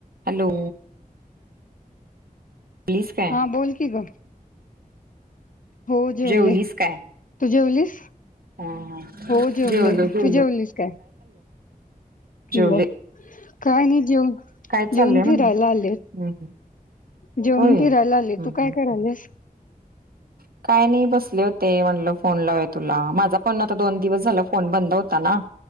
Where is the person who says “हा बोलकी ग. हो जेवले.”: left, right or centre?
Left